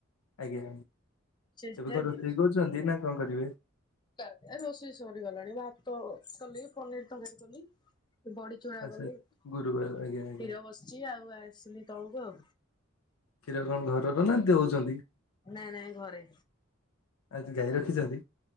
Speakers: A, on the left; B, on the left.
A: ଆଜ୍ଞା।
B: ସରିଲାଣି?
A: ଏବେ କଣ ରୋଷେଇ କରୁଛନ୍ତି ନା କଣ କରିବେ?
B: <unintelligible> ରୋଷେଇ ସରିଗଲାଣି ଭାତ କଲି, ପନିର ତରକାରୀ କଲି, ବଡ଼ିଚୁରା
A: ଆଚ୍ଛା
B: କଲି, କ୍ଷୀର
A: ଗୁରୁବାର ଆଜ୍ଞା ଆଜ୍ଞା।
B: ବସ ଇଛି ଆଉ ଆସଲି ତଳକୁ ଆଉ।
A: କ୍ଷୀର କଣ ଘର ର ନା ଦେଉଛନ୍ତି?
B: ନାଇଁ ନାଇଁ ଘରେ।
A: ଆଚ୍ଛା ଗାଈ ରଖିଛନ୍ତି?